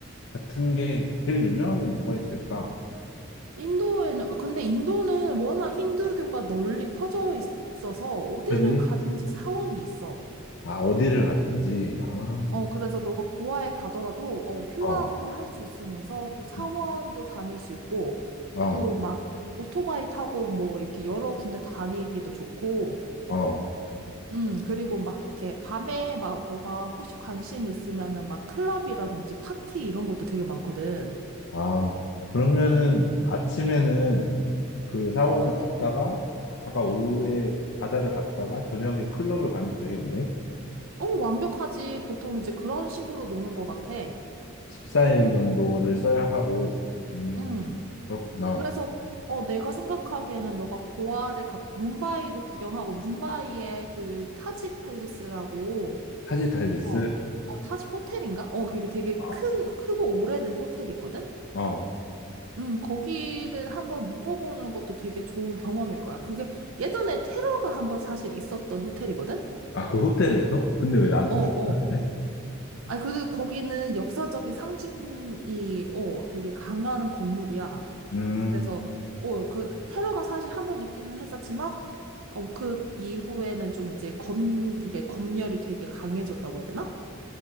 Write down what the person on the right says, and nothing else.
인도에는, 어, 근데 인도는 워낙 힌두교가 널리 퍼져 있어서 어디를
가든지 사원이 있어.
어, 그래서 너가 고아에 가더라도, 어, 휴양도
할 수 있으면서 또 사원도
다닐 수 있고,
또 막 오토바이 타고 뭐 이렇게 여러 군데 다니기도 좋고,
음, 그리고 막 이렇게 밤에 막 너가 혹시 관심 있으면은 막 클럽이라든지 파티 이런 것도 되게 많거든.
어, 완벽하지. 보통 이제 그런 식으로 노는 것 같아.
응.
그래서 어 내가 생각하기에는 너가 고아를 갔 문바이도 구경하고 문바이의 그 타지 팰리스라고
어. 아 타지 호텔인가? 어 이게 되게
큰 크고 오래된 호텔이 있거든.
음, 거기를 한번 묵어보는 것도 되게 좋은 경험일 거야. 그게 예전에 테러가 한번 사실 있었던 호텔이거든?
어, 어.
아니, 그래도 거기는 역사적인 상징이, 어, 되게 강한 건물이야.
그래서, 어, 그, 테러가 사실 한 번 있기는 했었지만, 어, 그 이후에는 좀 이제 검, 이게 검열이 되게 강해졌다고 해야 되나?